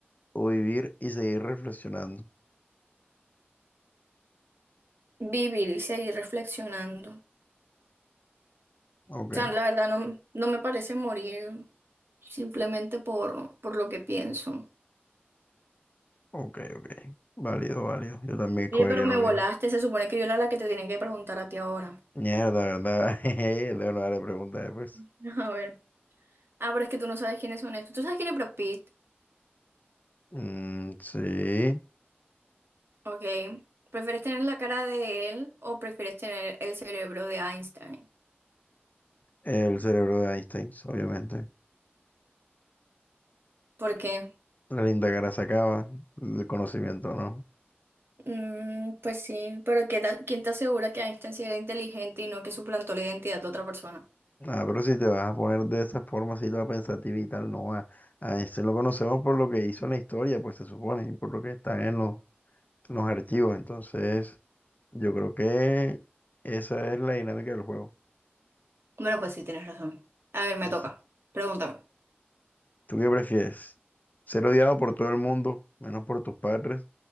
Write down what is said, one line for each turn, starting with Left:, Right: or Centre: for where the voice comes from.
Left: o vivir y seguir reflexionando?
Right: Vivir y seguir reflexionando. O
Left: Ok,
Right: sea, la verdad no, no me parece morir simplemente por, por lo que pienso.
Left: ok, ok. Válido, válido. Yo también escogería
Right: Oye, pero me
Left: lo
Right: volaste,
Left: mismo.
Right: se supone que yo era la que te tenía que preguntar a ti ahora.
Left: Mierda, ¿verdad? <laughs> Jeje, Debo no darle preguntas después.
Right: <laughs> A ver. Ah, pero es que tú no sabes quiénes son estos. ¿Tú sabes quién es Brad Pitt?
Left: Mm, sí,
Right: Ok. ¿Prefieres tener la cara de él o prefieres tener el cerebro de Einstein?
Left: el cerebro de Einstein, obviamente.
Right: ¿Por qué?
Left: La linda cara se acaba, el conocimiento no.
Right: Mm, pues sí, pero ¿qué tal- ¿quién te asegura que Einstein sí era inteligente y no que suplantó la identidad de otra persona?
Left: Ah, pero si te vas a poner de esa forma, si te vas a pensativa y tal, no va. A este lo conocemos por lo que hizo en la historia, pues se supone, y por lo que está en los, en los archivos. Entonces, yo creo que esa es la dinámica del juego.
Right: Bueno, pues sí, tienes razón. A ver, me
Left: Es-
Right: toca. Pregúntame.
Left: ¿Tú qué prefieres? ¿Ser odiado por todo el mundo, menos por tus padres?